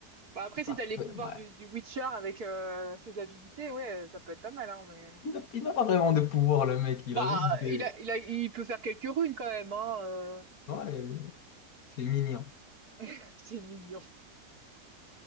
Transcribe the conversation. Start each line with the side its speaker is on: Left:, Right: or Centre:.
Right: Bah, après, si
Left: Ça
Right: t'as les
Left: peut-
Right: pouvoirs
Left: ouais.
Right: du, du Witcher avec euh, ses habilités, ouais, euh, ça peut être pas mal. Hein, mais...
Left: Il n'a il n'a pas vraiment de pouvoir, le mec. Il
Right: Bah,
Left: a juste des.
Right: il a, il a, il peut faire quelques runes quand même. Hein, euh.
Left: Ouais, c'est mignon.
Right: <laughs> C'est mignon.